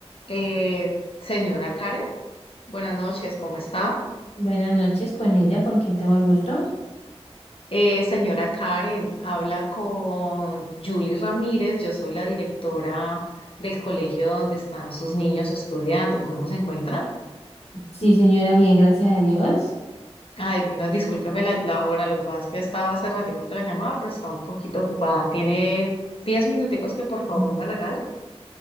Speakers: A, on the left (about 55°); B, on the left (about 75°).
A: Eh, señora Karen, buenas noches, ¿cómo está?
B: Buenas noches con ella, con quien tengo el gusto.
A: Eh, señora Karen, habla con Julie Ramírez, yo soy la directora del colegio donde están sus niños estudiando, ¿cómo se encuentran?
B: Sí, señora, bien, gracias a Dios.
A: Ay, bueno, discúlpeme la, la hora, lo que pasa es que estaba hace ratico que la llamaba, pero estaba un poquito ocupada. ¿Tiene 10 minuticos que por favor
B: Mm.
A: me regale?